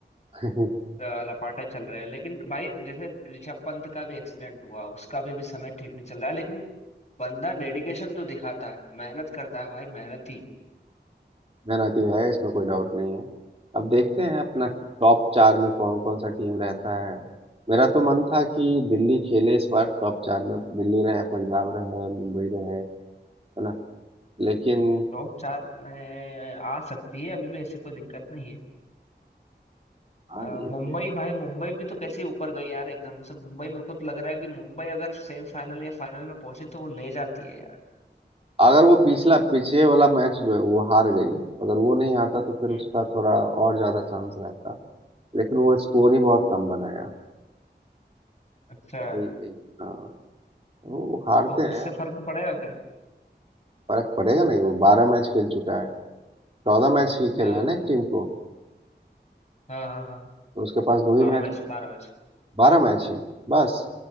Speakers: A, on the right; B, on the left.
A: <laughs>
B: तो लपाटा चल रहे हैं लेकिन भाई जैसे ऋषभ पंत का भी एक्सीडेंट हुआ उसका भी अभी समय ठीक नहीं चल रहा है लेकिन बंदा डेडिकेशन तो दिखाता है मेहनत करता है भाई मेहनती
A: मेहनती है इसमें कोई डाउट नहीं है अब देखते हैं अपना
B: हाँ
A: टॉप चार में कौन कौन सा टीम रहता है मेरा तो मन था कि दिल्ली खेले इस बार टॉप चार में दिल्ली रहे पंजाब रहे मुंबई रहे है ना लेकिन
B: टॉप चार में आ सकती है अभी भी ऐसी कोई दिक्कत नहीं है
A: हाँ
B: अ,
A: ये भी
B: मुंबई
A: है
B: भाई मुंबई भी तो कैसे ऊपर गई यार एकदम से मुंबई मेरे को तो लग रहा है कि मुंबई अगर सेमीफाइनल या फाइनल में पहुंचे तो वो ले जाती है
A: अगर वो पिछला पीछे वाला मैच जो है वो हार गई अगर वो नहीं हारता तो फिर
B: यार
A: उसका थोड़ा और ज्यादा चांस रहता लेकिन वो स्कोर ही बहुत कम बनाया
B: अच्छा
A: यही यही हाँ वो वो हारते
B: तो उससे
A: हैं
B: फर्क पड़ेगा क्या
A: फर्क पड़ेगा नहीं वो बारह मैच खेल चुका है चौदह मैच ही
B: हाँ
A: खेलना है ना एक टीम को
B: हाँ हाँ हाँ
A: तो उसके पास दो ही
B: बारह
A: मैच
B: मैच बारह मैच
A: बारह मैच ही बस